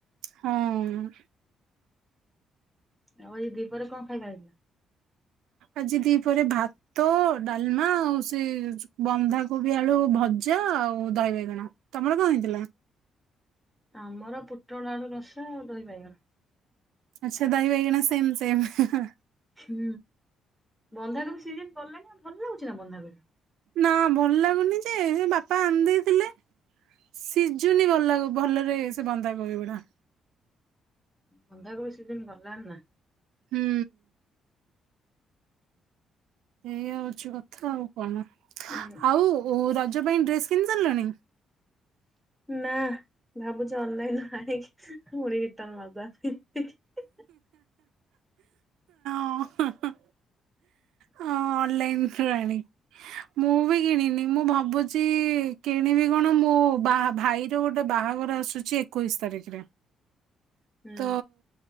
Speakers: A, on the right; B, in the centre.
A: ହଁ ହୁଁ।
B: ହଁ ଏ ଦୀପହରେ କଣ ଖାଇବା ହେଇଥିଲା?
A: ଆଜି ଦି ପହରେ ଭାତ ତ ଡାଲମା ଆଉ ସେ ବନ୍ଧାକୋବି ଆଳୁ ଭଜା ଆଉ ଦହି ବାଇଗଣ। ତମର କଣ ହେଇଥିଲା?
B: ଆମର ପୁଟୋଳ ଆଳୁ ରସା ଆଉ ଦହି ବାଇଗଣ।
A: ଆଚ୍ଛା ଦହି ବାଇଗଣ ସେମ ସେମ।
B: ହୁଁ ବନ୍ଧାକୋବି ସିଜିନ ଗଲାଣି ଵା ଭଲ ଲାଗୁଚି ନା ବନ୍ଧାକୋବି?
A: ନା ଭଲ ଲାଗୁନି ଯେ ବାପା ଆଣି ଦେଇଥିଲେ। ସିଝୁନି ଭଲ ଭଲରେ ସେ ବନ୍ଦା କୋବି ଗୁଡା।
B: ବନ୍ଧାକୋବି ସିଜିନ ଗଲାଣି ନା।
A: ହୁଁ। ଏଇଆ ହଉଛି କଥା ଆଉ କଣ
B: ଉଁ
A: ଆଉ ରଜ ପାଇଁ ଡ୍ରେସ କିଣି ସାରିଲାଣି?
B: ନା। ଭାବୁଛି ଅନଲାଇ ରୁ ଅନିକି ପୁଣି ରିଟନ ମାରିଦବା ପାଇ।
A: ହଁ ହେଁ ହେଁ। ହ ଅନ୍ଲାଇନ ରୁ ଆଣେ। ମୁଁ ବି କିଣିନି ମୁଁ ଭାବୁଛି କିଣିବି କଣ ମୋ ବା ଭାଇ ଯେଉଁ ଗୋଟେ ବାହାଘର ଆସୁଛି ଏକୋଇଶ ତାରିଖରେ।
B: ହୁଁ।
A: ତ